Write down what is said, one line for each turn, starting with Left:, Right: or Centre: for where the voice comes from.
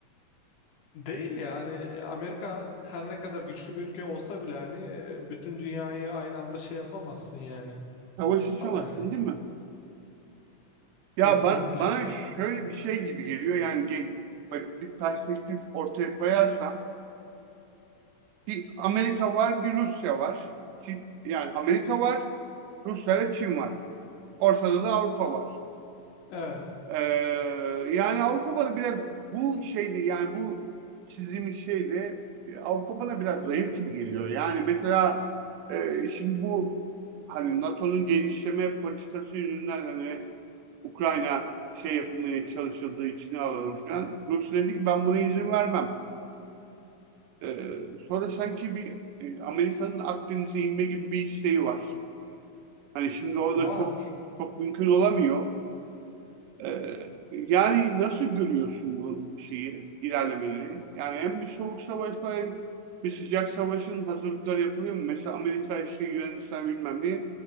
Left: <laughs> Değil ya hani Amerika her ne kadar güçlü bir ülke olsa bile hani e, bütün dünyayı aynı anda şey yapamazsın yani.
Right: Savaş açamazsın
Left: Ha- Yani
Right: değil mi? Ya
Left: kesinlikle.
Right: bana, bana şöyle bir şey gibi geliyor yani ge- böyle bir perspektif ortaya koyarsam bir Amerika var bir Rusya var. Çin- yani Amerika var Rusya ile Çin var. Ortada da Avrupa var.
Left: Evet
Right: Ee, yani Avrupa bana biraz bu şeydi yani bu çizdiğimiz şeyde e, Avrupa bana biraz zayıf gibi geliyor. Yani mesela e, şimdi bu hani NATO'nun genişleme politikası yüzünden hani Ukrayna şey yapmaya çalışıldığı içine alalım falan. Rusya dedi ki ben buna izin vermem. Ee, sonra sanki bir e, Amerika'nın Akdeniz'e inme gibi bir isteği var. Hani şimdi o
Left: var.
Right: da çok çok mümkün olamıyor. Ee, yani nasıl görüyorsun bu şeyi, ilerlemeleri? Yani hem bir soğuk savaş var hem bir sıcak savaşın hazırlıkları yapılıyor mu? Mesela Amerika işte Yunanistan bilmem ne